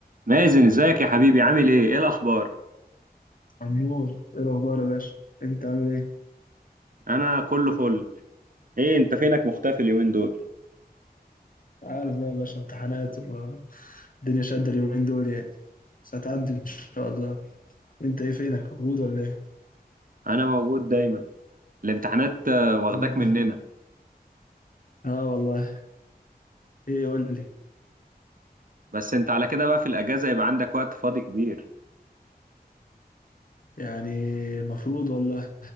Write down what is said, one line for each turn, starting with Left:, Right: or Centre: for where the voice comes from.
Right: مازن ازيك يا حبيبي عامل ايه ايه الاخبار
Left: عمور ايه الاخبار يا باشا انت عامل ايه
Right: انا كله فل ايه انت فينك مختفي اليومين دول
Left: عارف بقى يا باشا امتحانات والدنيا شادة اليومين دول يعني بس هتعدي ان شاء الله انت ايه فينك موجود ولا ايه
Right: انا موجود دايما الامتحانات آه، واخداك
Left: يا رب
Right: مننا
Left: اه والله ايه قول لي
Right: بس انت على كده بقى في الاجازه يبقى عندك وقت فاضي كبير
Left: يعني المفروض والله